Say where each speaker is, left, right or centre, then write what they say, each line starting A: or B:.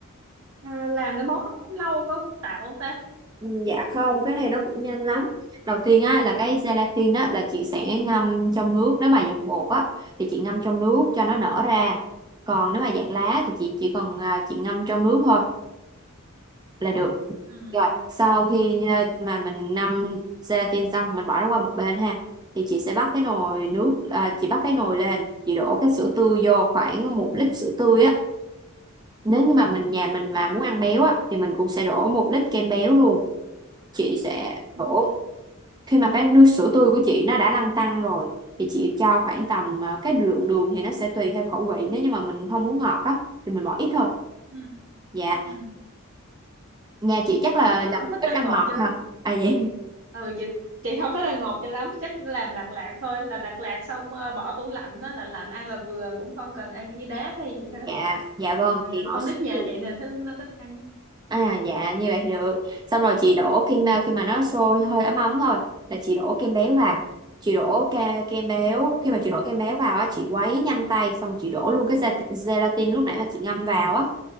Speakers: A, on the right (about 65°); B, on the right (about 20°).
A: À, làm cái món đó cũng lâu có phức tạp không ta?
B: Ừ, Dạ không, cái này nó cũng nhanh lắm. Đầu tiên á là cái gelatin á là chị sẽ ngâm trong nước, nếu mà dạng bột á thì chị ngâm trong nước cho nó nở ra. Còn nếu mà dạng lá thì chị chỉ cần à, chị ngâm trong nước thôi là được.
A: ừ
B: Rồi, sau khi
A: ừ
B: à, mà mình ngâm gelatin xong mình bỏ nó qua một bên ha. Thì chị sẽ bắt cái nồi
A: ừ
B: nước à, chị bắt cái nồi lên, chị đổ cái sữa tươi vô khoảng một lít sữa tươi á. Nếu như
A: ừ
B: mà mình nhà mình mà muốn ăn béo á thì mình cũng sẽ đổ một lít kem béo luôn. Chị sẽ
A: ừ
B: đổ khi mà cái nước sữa tươi của chị nó đã lăn tăn rồi thì chị cho khoảng tầm à, cái lượng đường thì nó sẽ tùy theo khẩu vị nếu như mà mình không muốn ngọt á thì mình bỏ ít thôi
A: ừ
B: dạ
A: ừ.
B: nhà chị chắc là
A: Chị
B: là
A: không
B: ít
A: thích ăn
B: ăn
A: ngọt
B: ngọt
A: cho
B: ha
A: lắm.
B: à dạ
A: Ừ chị chị không thích ăn ngọt cho lắm, chắc chỉ làm lạt lạt thôi, làm lạt lạt xong ờ, bỏ tủ lạnh nó lạnh lạnh ăn là vừa cũng không cần ăn với đá hay gì
B: <laughs>
A: hết.
B: dạ dạ
A: Ừ,
B: vâng chị
A: con
B: bỏ sữa
A: nít nhà
B: đường.
A: chị nè thích nó thích ăn.
B: à dạ như vậy thì được xong rồi chị đổ kem à, khi mà nó sôi hơi ấm ấm thôi là chị đổ kem béo vào chị đổ ke kem béo
A: ừ
B: khi mà chị đổ kem béo vào á chị quấy nhanh tay xong rồi chị đổ luôn cái gia- gelatin lúc nãy mà chị ngâm vào á